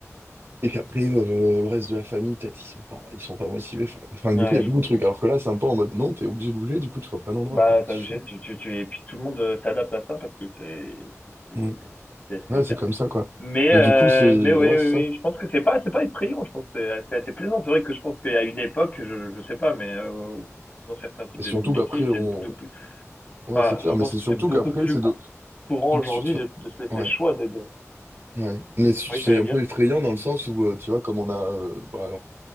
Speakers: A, on the right; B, on the left.
A: Et qu'après, euh, le reste de la famille, peut-être, ils sont pas, ils sont pas motivés. Enfin, enfin, du
B: ouais,
A: coup, il y a beaucoup
B: je comprends.
A: de trucs. Alors que là, c'est un peu en mode non, t'es obligé de bouger, du coup, tu vois plein d'endroits,
B: Bah,
A: quoi.
B: t'es
A: Tu
B: obligé, tu, tu, tu, et puis tout le monde euh, s'adapte à ça parce que c'est, c'est,
A: fais,
B: c'est,
A: hmm.
B: c'est
A: Ouais,
B: le cas.
A: c'est comme ça, quoi.
B: Mais,
A: Mais
B: euh,
A: du coup, c'est.
B: mais oui,
A: Ouais,
B: oui,
A: c'est ça.
B: oui, je pense que c'est pas, c'est pas effrayant, je pense que c'est c'est assez plaisant. C'est vrai que je pense qu'à une époque, je, je sais pas, mais euh, dans certains types
A: Et
B: de
A: surtout
B: métiers,
A: qu'après, on.
B: c'est de plus,
A: Ouais,
B: enfin,
A: c'est clair,
B: je
A: mais
B: pense
A: c'est
B: que
A: surtout
B: c'est beaucoup
A: qu'après,
B: plus
A: c'est de.
B: cou- courant
A: tu-
B: aujourd'hui
A: tu- enfin,
B: de, de se laisser
A: Ouais,
B: le choix de, de...
A: ouais. Mais c'est
B: Oui, t'allais
A: un
B: dire?
A: peu effrayant dans le sens où, euh, tu vois, comme on a. euh, bah,